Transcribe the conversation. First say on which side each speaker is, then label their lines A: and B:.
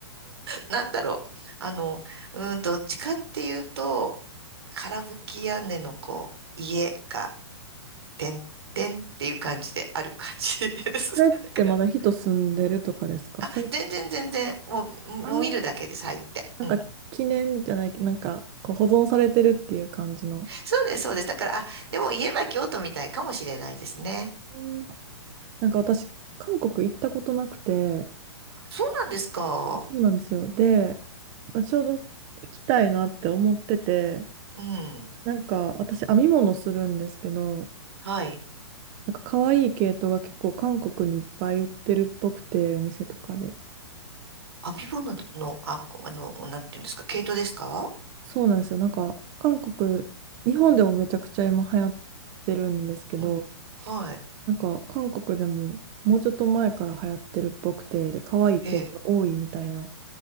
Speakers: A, on the right (about 65°); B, on the right (about 15°).
A: なんだろう。あの、うーん、どっちかっていうと、空吹き屋根のこう、家が、てんてんっていう感じである感じです。
B: それってまだ人住んでるとかですかそれ、
A: <laughs> あ、全然全然、もう、もう見るだけで咲いて。
B: ああ、なんか記念じゃないけど、
A: うん。
B: なんかこう保存されてるっていう感じの。
A: そうです、そうです。だから、あ、でも家は京都みたいかもしれないですね。
B: うんなんか私、韓国行ったことなくて、
A: そうなんですか。
B: そうなんですよ。で、ちょうど行きたいなって思ってて、
A: うん。
B: なんか私、編み物するんですけど、
A: はい。
B: なんか可愛い系統が結構韓国にいっぱい売ってるっぽくて、お店とかで。
A: あ、編み物の、あ、あの、なんていうんですか、毛糸ですか
B: そうなんですよ。なんか韓国、日本でもめちゃくちゃ今流行ってるんですけど、
A: はい。はい。
B: なんか韓国でももうちょっと前から流行ってるっぽくて、で、可愛い系統が多いみたいな
A: ええ。